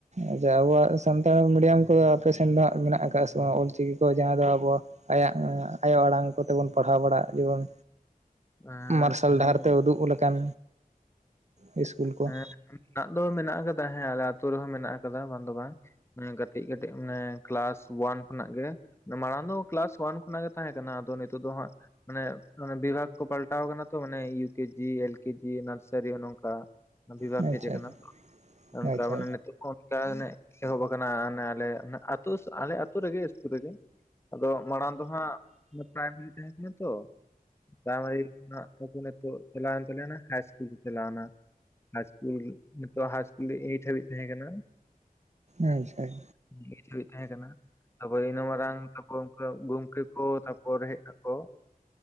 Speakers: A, on the right; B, on the left.
A: ᱟᱪᱪᱷᱟ ᱟᱵᱚᱣᱟᱜ ᱥᱟᱱᱛᱟᱲ ᱢᱤᱰᱤᱭᱟᱢ ᱠᱚᱫᱚ ᱟᱯᱮ ᱥᱮᱱ ᱫᱚ ᱢᱮᱱᱟᱜ ᱟᱠᱟᱫ ᱥᱮ ᱵᱟᱝ ᱚᱞᱪᱤᱠᱤ ᱠᱚ ᱡᱟᱦᱟᱸ ᱫᱚ ᱟᱵᱚᱣᱟᱜ ᱟᱭᱟᱜ ᱟᱭᱳ ᱟᱲᱟᱝ ᱠᱚᱛᱮᱵᱚᱱ ᱯᱟᱲᱦᱟᱣ ᱵᱟᱲᱟᱜ ᱡᱮᱢᱚᱱ
B: ᱦᱮᱸ
A: ᱢᱟᱨᱥᱟᱞ
B: ᱦᱮᱸ
A: ᱰᱟᱦᱟᱨ ᱛᱮ ᱩᱫᱩᱜ ᱞᱮᱠᱟᱱ ᱤᱥᱠᱩᱞ ᱠᱚ
B: ᱦᱮᱸ ᱢᱮᱱᱟᱜ ᱫᱚ ᱢᱮᱱᱟᱜ ᱟᱠᱟᱫᱟ ᱦᱮᱸ ᱟᱞᱮ ᱟᱛᱩ ᱨᱮᱦᱚᱸ ᱢᱮᱱᱟᱜ ᱟᱠᱟᱫᱟ ᱵᱟᱝ ᱫᱚ ᱵᱟᱝ ᱠᱟᱹᱴᱤᱡ ᱠᱟᱹᱴᱤᱡ ᱢᱟᱱᱮ ᱠᱮᱞᱟᱥ ᱚᱣᱟᱱ ᱠᱷᱚᱱᱟᱜ ᱜᱮ ᱢᱟᱲᱟᱝ ᱫᱚ ᱠᱞᱟᱥ ᱚᱣᱟᱱ ᱠᱷᱚᱱᱟᱜ ᱜᱮ ᱛᱟᱦᱮᱸ ᱠᱟᱱᱟ ᱟᱫᱚ ᱱᱤᱛᱚᱜ ᱫᱚ ᱦᱟᱸᱜ ᱢᱟᱱᱮ ᱵᱤᱵᱷᱟᱜᱽ ᱠᱚ ᱯᱟᱞᱴᱟᱣ ᱟᱠᱟᱱᱟ ᱛᱚ ᱢᱟᱱᱮ ᱤᱭᱩ ᱠᱮ ᱡᱤ ᱮᱞ ᱠᱮ ᱡᱤ ᱱᱟᱨ ᱥᱟᱹᱨᱤᱭᱟᱹ ᱱᱚᱝᱠᱟ ᱵᱤᱵᱷᱟᱜᱽ
A: ᱟᱪᱪᱷᱟ
B: ᱦᱮᱡ ᱟᱠᱟᱱᱟ ᱛᱟ ᱚᱱᱠᱟ
A: ᱟᱪᱪᱷᱟ ᱟᱪᱪᱷᱟ
B: ᱢᱟᱱᱮ ᱱᱤᱛᱚᱜ ᱚᱱᱠᱟ ᱚᱱᱮ ᱮᱦᱚᱵ ᱟᱠᱟᱱᱟ ᱚᱱᱮ ᱟᱞᱮ ᱟᱞᱮ ᱟᱛᱳ ᱨᱮᱜᱮ ᱤᱥᱠᱩᱞ ᱨᱮᱜᱮ ᱟᱫᱚ ᱢᱟᱲᱟᱝ ᱫᱚ ᱦᱟᱸᱜ ᱯᱨᱟᱭᱢᱟᱨᱤ ᱛᱟᱦᱮᱸ ᱠᱟᱱᱟ ᱛᱚ ᱯᱨᱟᱭᱢᱟᱨᱤ ᱠᱷᱚᱱᱟᱜ ᱛᱟ ᱪᱟᱞᱟᱣ ᱮᱱ ᱛᱟᱞᱮᱭᱟ ᱦᱟᱭ ᱥᱠᱩᱞ ᱤᱥᱠᱩᱞ ᱠᱚ ᱪᱟᱞᱟᱣ ᱮᱱᱟ ᱦᱟᱭ ᱤᱥᱠᱩᱞ ᱱᱤᱛᱚᱜ ᱦᱟᱭ ᱤᱥᱠᱩᱞ ᱨᱮ ᱮᱭᱤᱴ ᱦᱟᱹᱵᱤᱡ ᱛᱟᱦᱮᱸ ᱠᱟᱱᱟ
A: ᱟᱪᱪᱷᱟᱭ
B: ᱱᱮᱴ ᱦᱟᱵᱤᱡ ᱛᱟᱦᱮᱸ ᱠᱟᱱᱟ ᱛᱟᱯᱚᱨ ᱤᱱᱟᱹ ᱢᱟᱨᱟᱝ ᱛᱟᱯᱚᱨ ᱜᱚᱝᱠᱮ ᱠᱚ ᱛᱟᱯᱚᱨ ᱦᱮᱡ ᱱᱟᱠᱚ